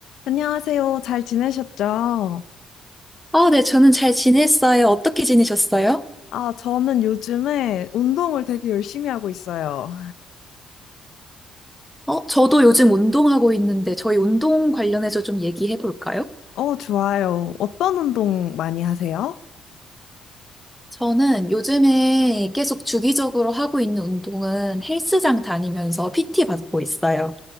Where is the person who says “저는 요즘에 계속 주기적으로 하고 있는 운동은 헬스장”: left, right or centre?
Centre